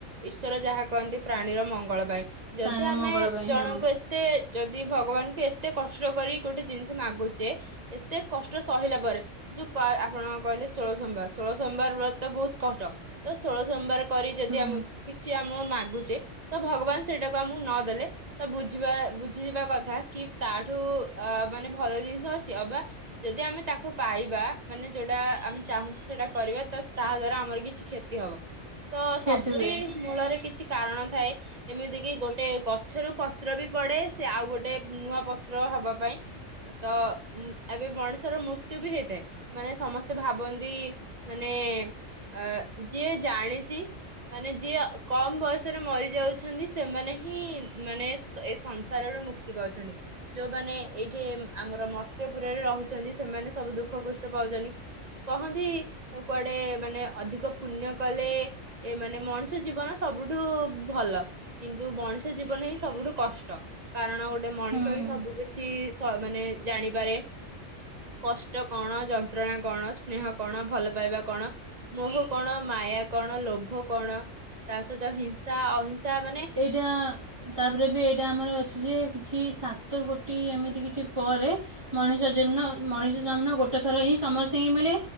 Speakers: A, on the right (about 45°); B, on the right (about 25°).
A: ଇଶ୍ୱର ଯାହା କରନ୍ତି ପ୍ରାଣିର ମଙ୍ଗଳ ପାଇଁ
B: ପ୍ରାଣୀର
A: ଯଦି ଆମେ
B: ମଙ୍ଗଳ ପାଇଁ
A: ଜଣଙ୍କୁ
B: ହଁ
A: ଏତେ ଯଦି ଭଗବାନ୍ କୁ ଏତେ କଷ୍ଟ କରି ଜିନିସ ମଗୁଛେ ଏତେ କଷ୍ଟ ସହିଲା ପରେ ଯୋଉ ପା ଆପଣ କହିଲେ ଷୋଳସୋମବାର୍ ଷୋଳ ସୋମବାର୍ ବ୍ରତ ବହୁତ୍ କଷ୍ଟ ତ ଷୋଳସୋମବାର୍ କରି ଯଦି
B: ହୁଁ
A: ଆମେ କିଛି ଆମ ମାଗୁଛେ ତ ଭଗବାନ ସେଇଟାକୁ ଆମକୁ ନ ଦେଲେ ତ ବୁଝିବା ବୁଝିଯିବା କଥା କି ତାଠୁ ଅ ମାନେ ଭଲ ଜିନିଷ ଅଛି। ଅବା ଯଦି ଆମେ ତାକୁ ପାଇ ବା ମାନେ ଯଉଟା ଆମେ ଚାହୁଛେ ସେଇଟା କରିବା ତାହା ଦ୍ୱାରା ଆମର କିଛି କ୍ଷତି ହେବ। ତ
B: କ୍ଷତି
A: ସବୁରି
B: ହୁଏ
A: ମୂଳରେ କିଛି କାରଣ ଥାଏ। ଏମିତି କି ଗୋଟେ ଗଛରୁ ପତ୍ର ବି ପଡେ ସିଏ ଆଉଗୋଟେ ନୂଆ ପତ୍ର ହବାପାଇଁ। ତ ଉଁ ଏବେ ମଣିଷର ମୃତ୍ୟୁ ବି ହେଇଥାଏ। ମାନେ ସମସ୍ତେ ଭାବନ୍ତି ମାନେ ଅ ଯିଏ ଜାଣିଚି ମାନେ ଯିଏ କମ୍ ବୟସରେ ମରି ଯାଉଛନ୍ତି ସେମାନେ ହିଁ ମାନେ ଏ ଏ ସଂସାରର ମୁ କ୍ତି ପାଉଛନ୍ତି ଯୋଉମାନେ ଏଇଠି ଏ ଆମର ମର୍ତ୍ତ୍ୟପୁରରେ ରହୁଚନ୍ତି ସେମାନେ ସବୁ ଦୁ ଦଃଖ କଷ୍ଟ ପାଉଚନ୍ତି କହନ୍ତି କୁଆଡ଼େ ମାନେ ଅଧିକ ପୁଣ୍ୟ କଲେ ଏ ମାନେ ମଣିଷ ଜିବନ ସବୁଠୁ ଭଲ। କିନ୍ତୁ ମଣିଷ ଜୀବନ ହିଁ ସବୁଠୁ କଷ୍ଟ। କାରଣ ଗୋଟେ ମଣିଷ
B: ହୁଁ
A: ହିଁ ସବୁକିଛି ସ ମାନେ ଜାଣିପାରେ କଷ୍ କଣ ଯନ୍ତ୍ରଣା, କଣ ସ୍ନେହ, କଣ ଭଲ ପାଇବା କଣ ମୋହ କଣ, ମାୟା କଣ, ଲୋଭ କଣ, ତା ସହିତ ହିଂସା, ଅହିଂସା ମାନେ
B: ଦେଆଁ ତାପରେ ବି ଏଇଟା ଆମର ଅଛି ଯେ କିଛି ସାତ କୋଟି ଏମିତି କିଛି ପରେ ମଣିଷମ୍ ଜିମ୍ନ ମଣିଷ ଜନ୍ମ ଗୋଟେ ଥର ହିଁ ସମସ୍ତିଙ୍କି ମିଳେ।